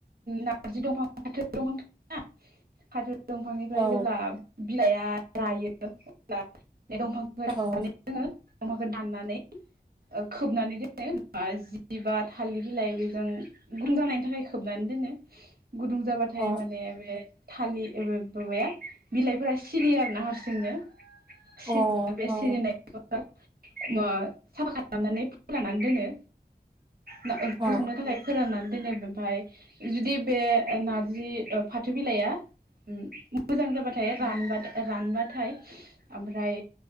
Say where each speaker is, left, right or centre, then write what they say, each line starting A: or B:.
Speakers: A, on the right (about 60°); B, on the right (about 30°).
A: नारजि दंफां फाथो दंफां <inaudible> हाजो दंफांनिफ्राय
B: औ
A: जेब्ला बिलाइआ रायो अब्ला बे दंफां रानानै
B: औ
A: जोङो दंफांखौ दाननानै ओ खोबनानै दोनो ओ जि बा थालिर बिलाइजों गुदुं जानायनि थाखाय खोबनानै दोनो गुदुं जाबाथाय
B: अ
A: माने बे थालि ओ माबाया बिलाइफोरा सिरियो आरो ना हारसिंनो
B: अ
A: सिरियो
B: औ
A: बे
B: औ
A: सिरिनायखौ ओ साफा खालामनानै फोराननानै दोनो ना ओंख्रि
B: औ
A: संनो थाखाय फोराननानै दोनो ओमफाय जुदि बे नारजि ओ फाथो बिलाइया उम मोजां जाबाथाय रानबा रानबाथाय ओमफ्राय